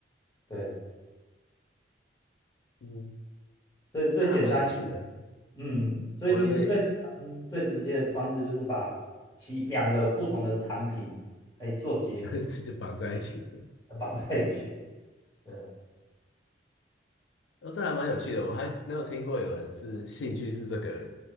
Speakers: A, on the left; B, on the left.
A: 对，
B: 嗯，
A: 所以最简单，
B: 这还蛮有趣的。
A: 嗯，所以其实最简单、
B: 我还没，
A: 最直接的方式就是把其两个不同的产品，哎，做结合。
B: <laughs> 这就绑在一起。
A: 绑在一起。对啊，
B: 哦，这还蛮有趣的，我还没有听过有人是兴趣是这个，